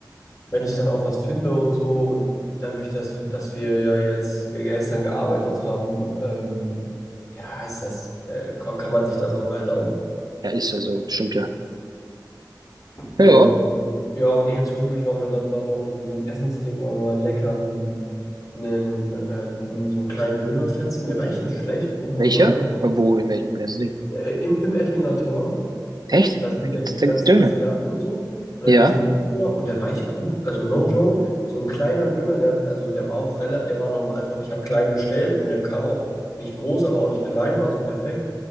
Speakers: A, on the left (about 50°); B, on the right (about 60°).
A: wenn ich dann auch was finde und so und dadurch, dass, dass wir ja jetzt ge- gestern gearbeitet haben, ähm, ja, ist das, äh, ko- kann man sich das auch mal erlauben.
B: Ja, ist ja so, stimmt ja.
A: Ne?
B: Ja, ja.
A: Und dann, ja, und nee, zwischendurch waren wir dann da noch in diesem Essensding, waren wir lecker einen, einen, äh, so einen kleinen Dönerfetzen, der war echt nicht schlecht, muss man
B: Welcher?
A: sagen.
B: Wo, in welchem Ding?
A: Äh, im, im Ettlinger Tor.
B: Echt?
A: da sind
B: Da gibt's,
A: ja diese
B: da
A: ganzen
B: gibt's Döner.
A: Asiaten und so. Und
B: Ja.
A: da gibt es so einen Döner und der war echt gut. Also no joke, so ein kleiner Döner, der hat, also der war auch relativ, der war normal, also ich habe klein bestellt und der kam auch nicht groß, aber auch nicht klein, war so perfekt.